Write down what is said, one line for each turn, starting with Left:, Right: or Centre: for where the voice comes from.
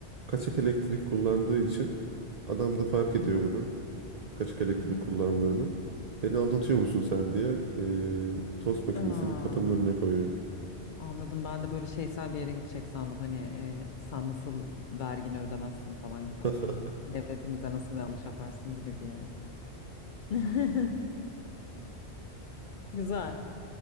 Right: kaçak elektrik kullandığı için adam da fark ediyor
Left: Hı hı.
Right: bunu. Kaçak elektrik
Left: hı hı.
Right: kullandığını. Beni aldatıyor musun sen diye e, tost makinesini
Left: Aa,
Right: kapının önüne koyuyor.
Left: Anladım. Ben de böyle şeysel bir yere gidecek sandım. Hani e, sen nasıl vergini ödemezsin falan gibi hani
Right: <laughs>
Left: böyle devletimize nasıl yanlış yaparsın gibi bir yere. <laughs> Güzel,